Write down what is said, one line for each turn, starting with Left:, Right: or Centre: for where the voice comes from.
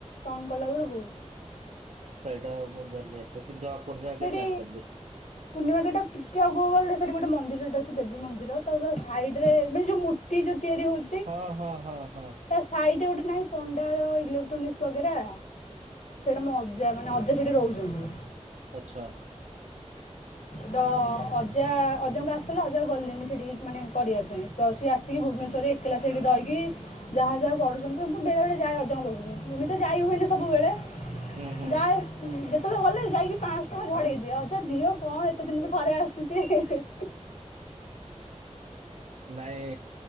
Left: ଟର୍ଣ୍ନ କଲାବେଳକୁ।
Right: ସେଇଟା ମୁଁ ଜାଣିନି ଏତେ କିନ୍ତୁ ହଁ ପୂର୍ଣ୍ଣିମା ଗେଟ
Left: ସେଠି
Right: ଜାଣିପାରିଲି
Left: ପୂର୍ଣ୍ଣିମା କେଟା ଟିକେ ଆଉ କୋଉ ଗଳିରେ ସେଠି ଗୋଟେ ମନ୍ଦିର ଟେ ଅଛି ଦେବୀ ମନ୍ଦିର ତା ତା ସାଇଡ ରେ ଯୋଉ ମୂର୍ତ୍ତି ଯୋଉ ତିଆରି ହଉଛି
Right: ହଁ
Left: ତା
Right: ହଁ ହଁ ହଁ।
Left: ସାଇଡ ରେ ଗୋଟେ ନାଇଁ ପଣ୍ଡାର ଇଲେକ୍ଟ୍ରୋନିକ୍ସ ବେଗେରା ସେଇଟା ମ ଅଜା ମାନେ ଅଜା ସେଠି ରହୁଛନ୍ତି।
Right: ଆଛା।
Left: ତ ଅଜା ଅଜାଙ୍କୁ ଆସିଥିଲା ଅଜା ଗଲେଣିି ସେଠିକି ମାନେ କରିବା ପାଇଁ ତ ସିଏ ଆସିକି ଭୁବନେଶ୍ୱରରେ ଏକଲା ସେଇିକି ରହିକି ଯାହା ଯାହା କରୁଛନ୍ତି ମୁଁ ବେଳେବେଳେ ଯାଏ ଅଜାଙ୍କ ପାଖକୁ ଏମିତି ତ ଯାଇ ହୁଏନି ସବୁବେଳେ।
Right: ହୁଁ ହୁଁ
Left: ଯାଏ ଯେତେବେଳେ ଗଲେ ଯାଇକି ପାଞ୍ଚଶହ ଟଙ୍କା ଝଡେଇ ଦିଅ ଦିଅ କଣ ଏତେ ଥରେ ଆସୁଛି ହେଁ ହେଁ।
Right: ନାଇଁ